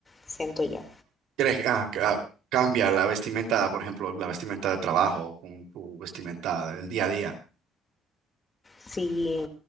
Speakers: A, on the left; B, on the right.
A: siento yo.
B: ¿quieres que- ah, ca- ah, cambia la vestimenta, por ejemplo, la vestimenta de trabajo con tu vestimenta del día a día?
A: Sí.